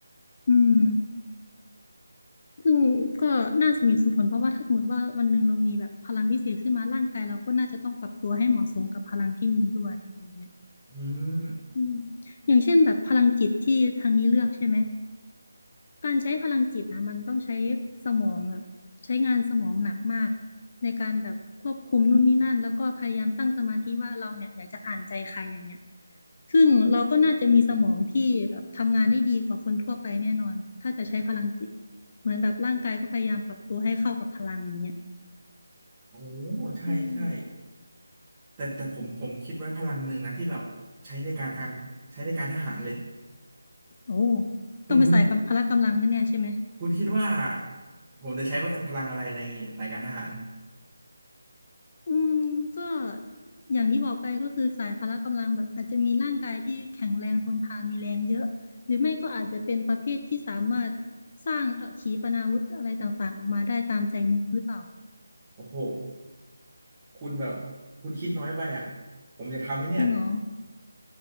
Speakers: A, on the left (about 35°); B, on the right (about 25°).
A: อืมซึ่งก็น่าสมเหตุสมผลเพราะว่าถ้าสมมติว่าวันหนึ่งเรามีแบบพลังพิเศษขึ้นมาร่างกายเราก็น่าจะต้องปรับตัวให้เหมาะสมกับพลังที่มีด้วยอะไรเงี้ย
B: อืม
A: อืมอย่างเช่นแบบพลังจิตที่ทางนี้เลือกใช่ไหมการใช้พลังจิตนะมันต้องใช้สมองแบบใช้งานสมองหนักมากในการแบบควบคุมนู่นนี่นั่นแล้วก็พยายามตั้งสมาธิว่าเราเนี่ยอยากจะอ่านใจใครอย่างเงี้ยซึ่งเราก็น่าจะมีสมองที่แบบทำงานได้ดีกว่าคนทั่วไปแน่นอนถ้าจะใช้พลังจิตเหมือนแบบร่างกายก็พยายามปรับตัวให้เข้ากับพลังอย่างเงี้ย
B: โอ้ใช่ใช่
A: อืม
B: แต่แต่ผมผมคิดไว้พลังหนึ่งนะที่แบบใช้ในการทานใช้ในการทหารเลย
A: โอ้
B: คุณคุณ
A: ต้องไปใส่กับพละกำลังแน่ๆใช่ไหม
B: คุณคิดว่าผมจะใช้พลังอะไรในสายการทหาร
A: อืมก็อย่างที่บอกไปก็คือสายพละกำลังแบบอาจจะมีร่างกายที่แข็งแรงทนทานมีแรงเยอะหรือไม่ก็อาจจะเป็นประเภทที่สามารถสร้างเอ่อขีปนาวุธอะไรต่างๆออกมาได้ตามใจนึกหรือเปล่า
B: โอ้โหคุณแบบคุณคิดน้อยไปอ่ะผมอยากทำไว้เนี่ย
A: จริงเหรอ